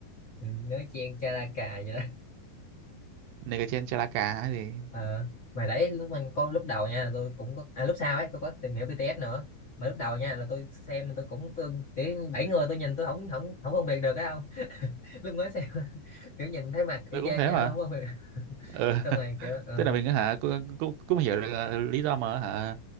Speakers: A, on the left; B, on the right.
A: ừ, nhớ chen cha la cà vậy đó
B: Này cái trên Chalaka hay gì.
A: Ờ, mà đấy lúc mình có lúc đầu nha là tôi cũng có à lúc sau ấy tôi có tìm hiểu BTS nữa mà lúc đầu nha là tôi xem tôi cũng tôi để bảy người tôi nhìn tôi không không không phân biệt được á không <laughs> lúc mới xem <laughs> kiểu nhìn thấy mặt y
B: Tôi cũng
A: chang
B: thế
A: nha
B: mà.
A: <laughs> không phân biệt được.
B: Ừ.
A: xong rồi
B: <laughs>
A: kiểu uh,
B: Tức là mình á hả cũng cũng, cũng hiểu được ờ, lý do mà hả